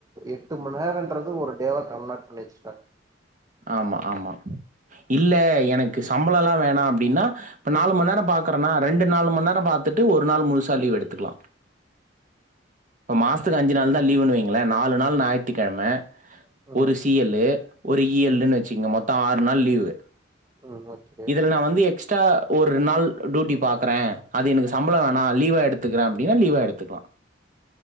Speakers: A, on the right; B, on the right.
A: எட்டு மணி நேரங்கிறது ஒரு டேவா கன்வர்ட் பண்ணி வச்சிருக்காங்க
B: ஆமா ஆமா இல்ல எனக்கு சம்பளம் எல்லா வேணாம் அப்டின்னா இப்ப நாலு மணி நேரம் பாக்குறேனா ரெண்டு நாலு மணி நேரம் பாத்துட்டு ஒரு நாள் முழுசா லீவ் எடுத்துக்கலாம் மாஸ் த்துக்கு அஞ்சு நாளு தான் லீவுன்னு வைங்க நாலு நாள் ஞாயிற்றுக்கிழமை
A: ம்
B: ஒரு சி எல்லு ஒரு இ எல்னு
A: ம்
B: வச்சிக்கங்க மொத்தம் ஆறு நாள் லீவு
A: ம் ஓகே
B: இதுல நான் வந்து எக்ஸ் எக்ஸ்ட்ரா ஒரு நாள் டியூட்டி பாக்குறேன் அது எனக்கு சம்பளம் வேணா லீவா எடுத்துக்கிறேன் அப்பிடின்னா லீவா எடுத்துக்கலாம்